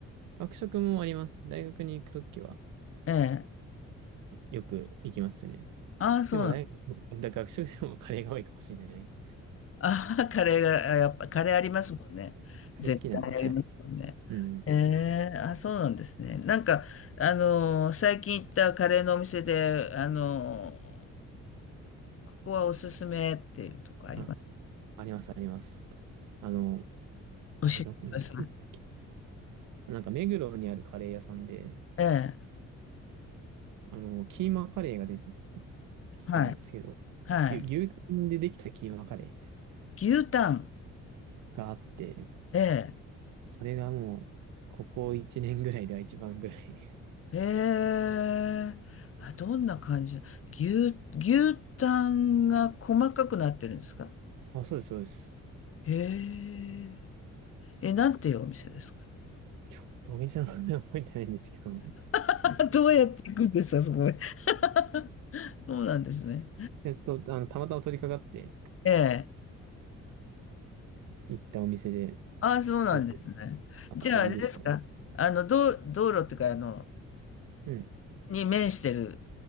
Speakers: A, on the right (about 80°); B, on the left (about 50°).
A: 学食もあります。大学に行くときは
B: ええ。
A: よく行きますね。
B: ああ、そうなん
A: でも大、だ学食でもカレーが多いかもしれない。ん
B: <laughs> ああ、カレーが、あやっぱカレーありますもんね。
A: カレー好きなんで、
B: 絶対ありますもんね。
A: はい。うん。
B: ええあ、そうなんですね。なんか、あのー最近行ったカレーのお店で、あのーここはおすすめっていうとこあります。
A: あ、あります、あります。あの、あれどこな、
B: 教えてください。
A: なんだっけ。なんか目黒にあるカレー屋さんで、
B: ええ
A: あの、キーマカレーが出てきたんですけど、
B: はい、はい。
A: 牛、牛タンでできたキーマカレーみたいな
B: 牛タン。
A: のがあって、
B: ええ
A: それがもう、ここ1年ぐらいでは一番ぐらい。
B: ええあ、どんな感じ牛、牛タンが細かくなってるんですか
A: あ、そうです、そうです。
B: へえ。え、なんていうお店ですか
A: ちょっとお店の名前覚えてないんですけど、
B: <laughs> どうやっていくんですか、そこへ。<laughs> そうなんですね。
A: えそう、あの、たまたま取り掛かって
B: ええ。
A: 行ったお店で、
B: ああ、そうなんですね。
A: すごい
B: じゃあ、
A: 当たりでしたね。
B: あれですか。あの、道、道路っていうか、あの、
A: うん。
B: に面してる、